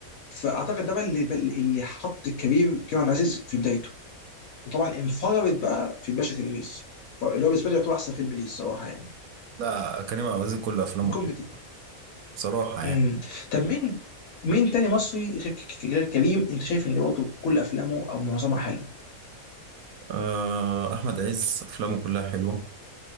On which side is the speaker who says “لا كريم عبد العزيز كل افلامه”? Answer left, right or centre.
Right